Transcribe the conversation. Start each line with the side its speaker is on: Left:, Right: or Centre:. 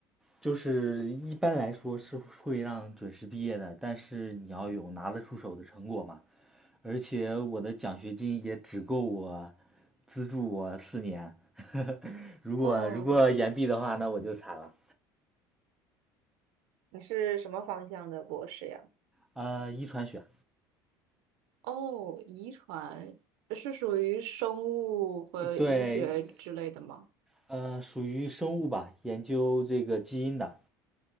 Centre: 就是一般来说是会让准时毕业的，但是你要有拿得出手的成果嘛。而且我的奖学金也只够我资助我四年，<laughs> 如果如果延毕的话，
Right: 嗯，
Centre: 那我就惨了。
Right: 你是什么方向的博士呀？
Centre: 呃，遗传学，
Right: 哦，遗传是属于生物和医学之类的吗？
Centre: 对，呃，属于生物吧，研究这个基因的。